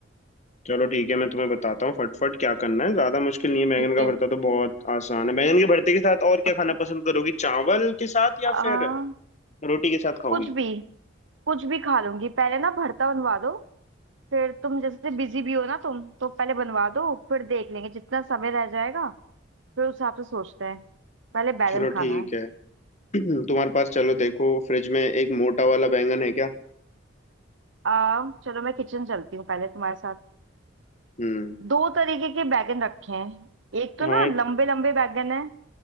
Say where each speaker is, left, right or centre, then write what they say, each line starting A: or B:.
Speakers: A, on the left; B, on the right.
A: चलो ठीक है मैं तुम्हें बताता हूँ फटफट क्या करना है ज्यादा मुश्किल नहीं है बैंगन
B: ठीक
A: का
B: है
A: भरता तो बहुत आसान है बैंगन के भरते के साथ और क्या
B: बस
A: खाना पसंद करोगी चावल के साथ या
B: आ,
A: फिर रोटी के साथ खाओगी
B: कुछ भी कुछ भी खा लूंगी पहले ना भरता बनवा दो फिर तुम जैसे बिजी भी हो ना तुम तो पहले बनवा दो फिर देख लेंगे जितना समय रह जाएगा फिर उस हिसाब से सोचते हैं पहले बैगन
A: चलो
B: खाना
A: ठीक
B: है
A: है <clears throat> तुम्हारे पास चलो देखो फ्रिज में एक मोटा वाला बैंगन है क्या
B: आ, चलो मैं किचन चलती हूँ पहले तुम्हारे साथ
A: हम्म
B: दो तरीके के बैगन रखे हैं एक तो
A: हाँ
B: ना
A: एक
B: लंबे लंबे बैगन है